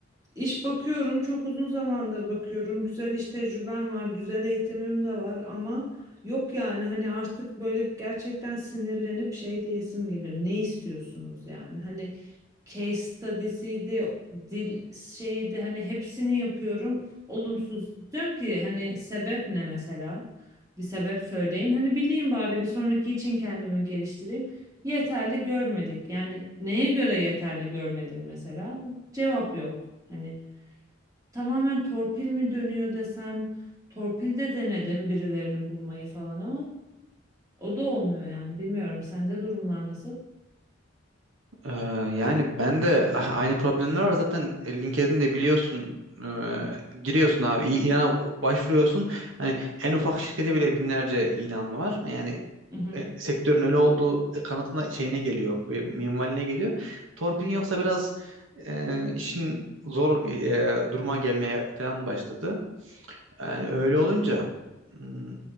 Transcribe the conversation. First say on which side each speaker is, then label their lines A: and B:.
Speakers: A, on the right (about 15°); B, on the right (about 80°).
A: İş bakıyorum, çok uzun zamandır bakıyorum. Güzel iş tecrübem var, güzel eğitimim de var ama yok yani hani artık böyle gerçekten sinirlenip şey diyesim geliyor. Ne istiyorsunuz yani? Hani case study'siydi, dil şeydi hani hepsini yapıyorum. Olumsuz. Diyorum ki hani sebep ne mesela? Bir sebep söyleyin. Hani bileyim bari bir sonraki için kendimi geliştireyim. Yeterli görmedik. Yani neye göre yeterli görmedin mesela? Cevap yok. Hani tamamen torpil mi dönüyor desem torpil de denedim birilerini bulmayı falan ama o da olmuyor yani bilmiyorum sende durumlar nasıl?
B: Ee, yani ben de <laughs> ah, aynı problemler var zaten e, LinkedIn'de biliyorsun e, giriyorsun abi İ- ilana başvuruyorsun hani en ufak şirkete bile binlerce ilan var yani
A: Hı hı.
B: e, sektörün öyle olduğu kanatına şeyine geliyor e, minvaline geliyor torpilin yoksa biraz e, işin zor e, duruma gelmeye falan başladı yani öyle olunca hmm,